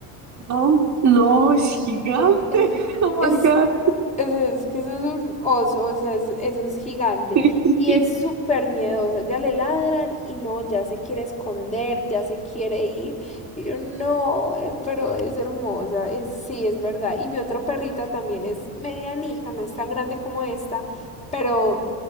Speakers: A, on the right; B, on the left.
A: no, no,
B: No,
A: es gigante.
B: es,
A: <laughs> Oh
B: es
A: my God.
B: es es que eso es un oso, o sea, es- eso es gigante.
A: <laughs>
B: Y es súper miedosa. Ya le ladran y no, ya se quiere esconder, ya se quiere ir. Y yo, no, eh, pero es hermosa. Es, sí, es verdad. Y mi otra perrita también es medianita, no es tan grande como esta, pero